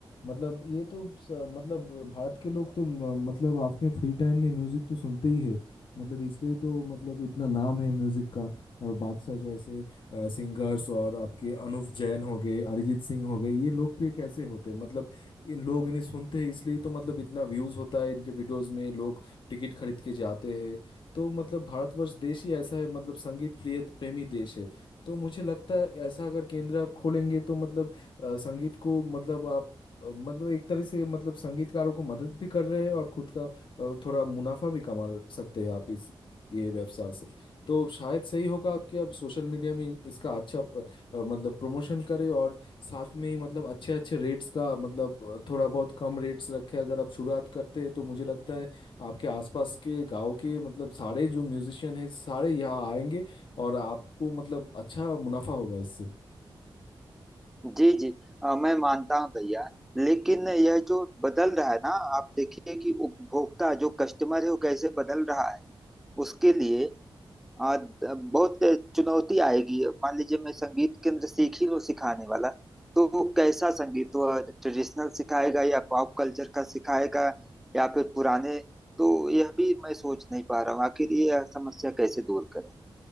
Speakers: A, on the left; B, in the centre.
A: मतलब ये तो स, मतलब भारत के लोग तो म- मतलब अपने फ्री टाइम में म्यूजिक तो सुनते ही है मतलब इसलिए तो मतलब इतना नाम है म्यूजिक का और बादशाह जैसे सिंगर्स और आपके अनुव जैन हो गए अरिजीत सिंह हो गए ये लोकप्रिय कैसे होते हैं मतलब इन लोग इन्हें सुनते हैं इसलिए तो मतलब इतना व्यूज होता है इनके वीडियोस में लोग टिकट खरीद के जाते हैं तो मतलब भारतवर्ष देश ही ऐसा है मतलब संगीत प्रिय प्रेमी देश है तो मुझे लगता है ऐसा अगर केंद्र आप खोलेंगे तो मतलब अ, संगीत को मतलब आप अ, मतलब एक तरह से मतलब संगीतकारों को मदद भी कर रहे हैं और खुद का अ, थोड़ा मुनाफा भी कमा सकते हैं आप इस ये व्यवसाय से तो शायद सही होगा आपके आप सोशल मीडिया में इसका अच्छा अ, मतलब प्रमोशन करें और साथ में ही मतलब अच्छे अच्छे रेट्स का मतलब अ, थोड़ा बहुत कम रेट्स रखें अगर आप शुरुआत करते हैं तो मुझे लगता है आपके आसपास के गांव के मतलब सारे जो म्यूजिशियन हैं सारे यहाँ आएंगे और आपको मतलब अच्छा मुनाफा होगा इससे
B: जी जी अ, मैं मानता हूँ भैया लेकिन यह जो बदल रहा है ना आप देखिए कि उपभोक्ता जो कस्टमर है वो कैसे बदल रहा है उसके लिए आ, बहुत चुनौती आएगी मान लीजिए मैं संगीत केंद्र सीख ही लूं सिखाने वाला तो वो कैसा संगीत वो ट्रेडिशनल सिखाएगा या पॉप कल्चर का सिखाएगा या फिर पुराने तो यह भी मैं सोच नहीं पा रहा हूँ आखिर ये समस्या कैसे दूर करें